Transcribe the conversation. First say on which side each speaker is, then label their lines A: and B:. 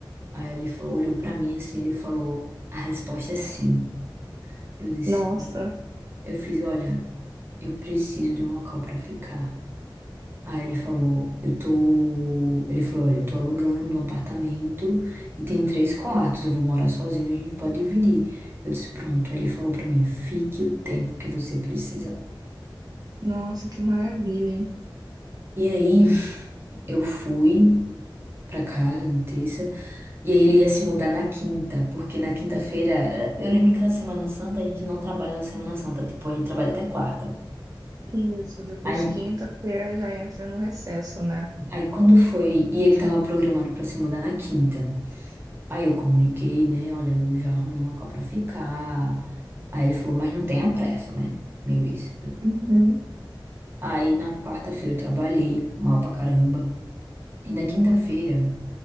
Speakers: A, on the right; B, on the right.
A: Aí ele falou, olhou pra mim assim, ele falou, a resposta é sim. Eu disse,
B: Nossa,
A: eu fiz, olha, eu preciso de um local pra ficar. Aí ele falou, eu tô. Ele falou, olha, eu tô alugando um apartamento e tem três quartos, eu vou morar sozinho, a gente pode dividir. Eu disse, pronto. Aí ele falou pra mim, fique o tempo que você precisar.
B: nossa, que maravilha, hein?
A: E aí <laughs> eu fui pra casa na terça, e aí ele ia se mudar na quinta, porque na quinta-feira, eh, eu lembro que na Semana Santa a gente não trabalha na Semana Santa, tipo, a gente trabalha até quarta.
B: Isso, depois
A: Aí,
B: quinta-feira já entra no recesso, né?
A: aí quando foi, e ele tava programado pra se mudar na quinta. Aí eu comuniquei, né? Olha, eu já arrumei um local pra ficar. Aí ele falou, mas não tenha pressa, né? Meu ex.
B: Uhum.
A: Aí na quarta-feira eu trabalhei mal pra caramba. E na quinta-feira,